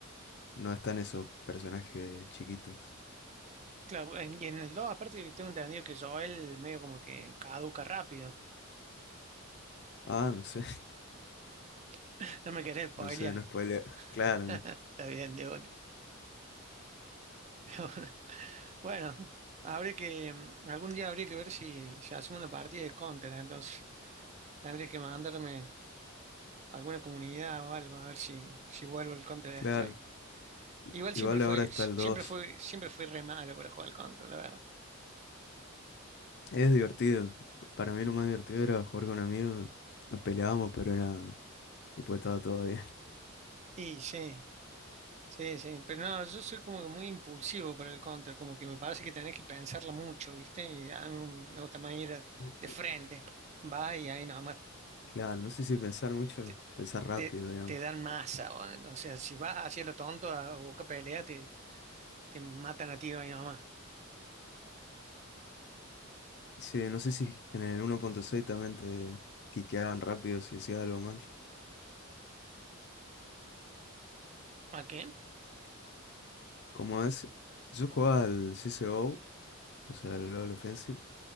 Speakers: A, on the left; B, on the right.
A: no están esos personajes chiquitos.
B: Claro, en- y en el 2 aparte tengo entendido que Joel medio como que caduca rápido.
A: Ah, no sé, <laughs>
B: <laughs> No me querés spoilear.
A: no sé, no spoiler. Claro,
B: <laughs>
A: no.
B: Está bien, de una. <laughs> Bueno, habría que, mm, algún día habría que ver si, si hacemos una partida de Counter, entonces tendría que mandarme a alguna comunidad o algo, a ver si, si vuelvo al Counter
A: Claro,
B: Strike.
A: i-
B: Igual
A: igual
B: siempre fue,
A: ahora está
B: si,
A: el
B: siempre
A: dos,
B: fue, siempre fui re malo para jugar al Counter, la verdad.
A: Es divertido, para mí lo más divertido era jugar con amigos, nos peleábamos, pero era, después estaba todo bien.
B: Y sí, sí, sí. Pero no, yo soy como que muy impulsivo para el Counter, como que me parece que tenés que pensarla mucho, ¿viste? Y a mí me gusta más ir a-
A: <laughs>
B: de frente. Va y ahí nomás
A: Claro, no sé si pensar mucho,
B: te,
A: pensar rápido,
B: te,
A: digamos.
B: te dan masa. O, o sea, si vas hacia lo tonto a buscar pelea, Te matan a tiro ahí nomás.
A: Sí, no sé si en el uno punto seis también te quiqueaban rápido si decías algo mal.
B: ¿A qué?
A: Como es, yo jugaba al C S G O o sea, del Global Offensive.